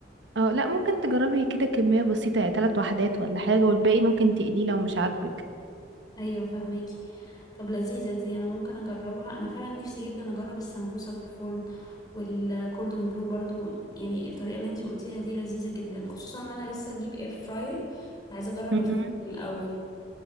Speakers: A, on the right (about 85°); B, on the left (about 20°).
A: اه لا ممكن تجربي كده كمية بسيطة ثلاث وحدات ولا حاجة والباقي ممكن تقليه لو مش عاجبك
B: ايوه فهماكي طب لذيذه دي انا ممكن اجربها انا فعلا نفسي جدا اجرب السمبوسه في الفرن والكوردون بلو برضو يعني الطريقه اللي انتي قلتيها دي لذيذه جدا خصوصا ان انا لسه هجيب اير فراير فعايزه اجرب
A: مهم.
B: الفرن الاول